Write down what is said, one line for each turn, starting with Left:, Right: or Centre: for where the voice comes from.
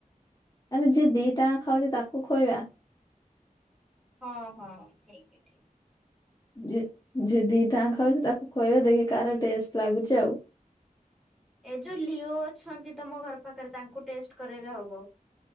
Left: ଆରେ ଯିଏ ଦି ଟାଙ୍କା ଖାଉଛି ତାକୁ ଖୋଇବା।
Centre: ହଁ ହଁ ଠିକ ଅଛି ଠିକ।
Left: ଯିଏ ଯିଏ ଦି ଟାଙ୍କା ଖାଉଛି ତାକୁ ଖୋଇବା ଦେଖି କାହାର ଟେଷ୍ଟ ଲାଗୁଛି ଆଉ।
Centre: ଏ ଯୋଉ ଲିଓ ଅଛନ୍ତି ତମ ଘର ପାଖରେ ତାଙ୍କୁ ଟେଷ୍ଟ କରେଇଲେ ହବ।